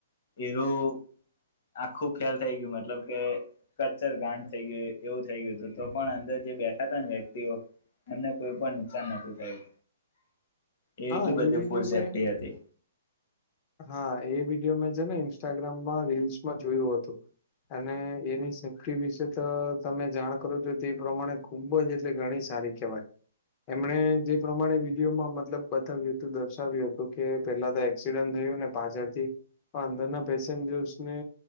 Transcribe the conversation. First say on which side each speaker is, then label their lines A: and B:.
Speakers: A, on the left (about 50°); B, on the left (about 30°).
A: એરું આખું ફેલ થઈ ગયું મતલબ કે કચ્ચર ગાંણ થઈ ગયું એવું થઈ ગયું હતું તો પણ અંદર જે બેઠા તા ને વ્યક્તિઓ એમને કોઈ પણ નુકસાન નતુ થયું એ
B: હા
A: એટલી બધી
B: વિડીયો
A: ફૂલ સેફ્ટી
B: મેં
A: હતી.
B: હા એ વિડીયો મેં છે ને ઇન સ્ટાગ્રામમાં રીલ્સમાં જોયું હતું અને એની સ ફટી વિશે તો તમે જાણ કરો છો તે પ્રમાણે ખૂબ જ એટલે ઘણી સારી કહેવાય. એમણે જે પ્રમાણે વિડીયોમાં મતલબ બતાવ્યું હતું દર્શાવ્યું હતું કે પેલા તો એક્સ ડન્ટ થયુ ને પાછળ થી અંદરના પેસેન્જર્સને